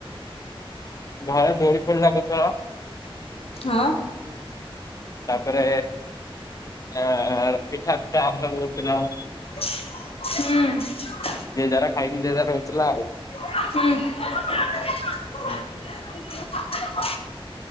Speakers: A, on the left; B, on the left.
A: ଘରେ ଦୋଳି ଫୋଳି ଲାଗିଥିବ
B: ହଁ
A: ତାପରେ ଆ ପିଠା ଚା <unintelligible>
B: ହୁଁ
A: ଯେ ଯାର ଖାଇକି ଯେ ଯାର ରହୁଥିଲା ଆଉ।
B: ହୁଁ
A: ହୁଁ
B: <inaudible>